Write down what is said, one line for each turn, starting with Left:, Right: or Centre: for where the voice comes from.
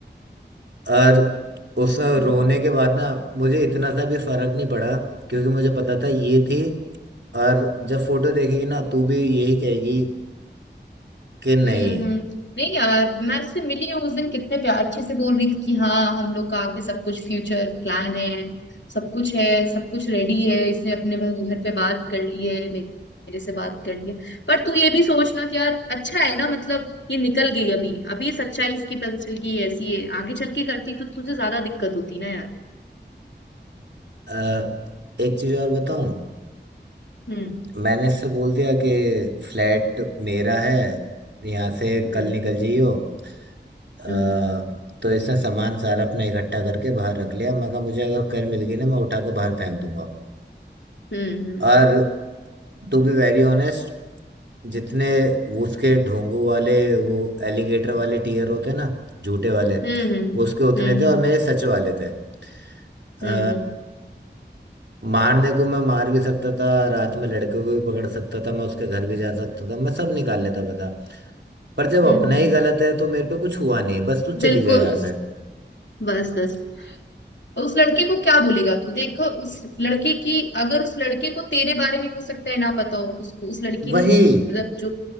Right: और उस
Left: हम्म।
Right: रोने के बाद ना मुझे इतना सा भी फर्क नहीं पड़ा क्योंकि मुझे पता था ये थी और जब फोटो देखेगी ना तू भी यही कहेगी कि नहीं
Left: हम्म हम्म। नहीं यार मैं उससे मिली हूँ उस दिन कितने प्यार अच्छे से बोल रही थी कि हाँ हम लोग का आगे सब कुछ फ्यूचर प्लान है सब कुछ है सब कुछ रेडी है इसने अपने भग- घर पे बात कर ली है मे- मेरे से बात कर ली है पर तू ये भी सोचना कि यार अच्छा है ना मतलब ये निकल गई अभी अभी ये सच्चाई इसकी पता चल गई ये ऐसी है आगे चल के करती तो तुझे ज्यादा दिक्कत होती ना यार
Right: अ, एक चीज और बताऊं
Left: हम्म
Right: मैंने इससे बोल दिया कि फ्लैट मेरा है यहाँ से
Left: हम्म
Right: कल निकल जाइयो अ,
Left: हम्म
Right: तो इसने सामान सारा अपना इकट्ठा करके बाहर रख लिया मैं कहा मुझे अगर कल मिल गई ना मैं उठा के बाहर फेंक दूंगा
Left: हम्म
Right: और टू बी वेरी ऑनेस्ट जितने वो उसके ढोंगू वाले वो एलिगेटर वाले टीयर होते हैं ना झूठे वाले
Left: हम्म हम्म
Right: उसके उतने
Left: हम्म
Right: थे
Left: हम्म
Right: और मेरे सच वाले थे अ,
Left: हम्म
Right: मारने को मैं मार भी सकता था रात में लड़के को भी पकड़ सकता था मैं उसके घर भी जा सकता था मैं सब निकाल लेता बता पर जब
Left: हम्म,
Right: अपना
Left: हम्म,
Right: ही गलत है तो मेरे पे कुछ हुआ नहीं बस तू चली
Left: बिल्कुल
Right: जा यहाँ से
Left: बस बस उस लड़के को क्या बोलेगा तू देखो उस लड़के की अगर उस लड़के को तेरे बारे में हो सकता है ना पता हो उसको उस लड़की
Right: वही
Left: ने मतलब जो